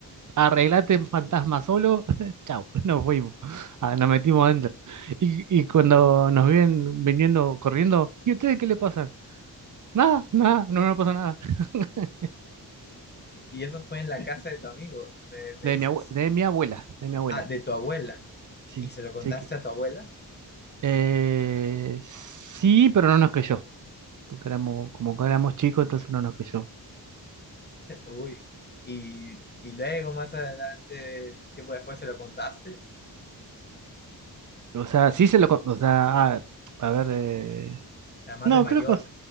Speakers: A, on the right; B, on the left.
A: arreglate fantasma solo, <laughs> chao, nos fuimos. Ah, nos metimos adentro. Y, y cuando nos vienen viniendo corriendo, ¿y ustedes qué le pasan? Nada, nada, no nos pasa nada. <laughs>
B: Y eso fue en la <laughs> casa de tu amigo, me, me
A: De
B: dices.
A: mi abue- de mi abuela, de mi abuela.
B: Ah, de tu abuela.
A: Sí,
B: ¿Y se lo contaste
A: sí que.
B: a tu abuela?
A: eh, sí, pero no nos creyó. Porque éramos, como que éramos chicos, entonces no nos creyó.
B: Uy. Y, y luego, más adelante, tiempo después, se lo contaste.
A: O sea, sí se lo. co- O sea, ah, a ver. eh,
B: O sea, más
A: No,
B: de mayor.
A: creo que...